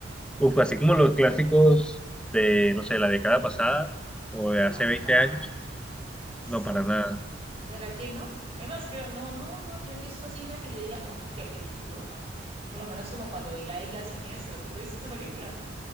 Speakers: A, in the centre; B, on the right.
A: uf, así como los clásicos de, no sé, la década pasada o de
B: que
A: hace
B: marcaban.
A: 20 años,
B: Sí,
A: no, para nada.
B: ¿Verdad que no? Es más, creo, no, no, no, yo no he visto así una que yo diga, oh, qué peliculota. Por lo menos como cuando vi La Isla Siniestra, ¿tú te viste esa película?